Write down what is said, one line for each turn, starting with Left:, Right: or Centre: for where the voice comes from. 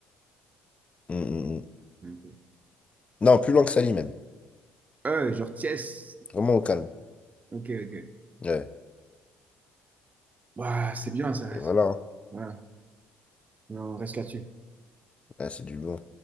Left: Mm, mm, mm.
Right: Ok.
Left: Non, plus loin que Sali même.
Right: Euh, genre, Thiès.
Left: Vraiment au calme.
Right: Ok, ok.
Left: Ouais.
Right: Bah, c'est bien, ça.
Left: Et voilà. hein.
Right: Voilà. On reste là-dessus.
Left: Ouais, c'est du bon.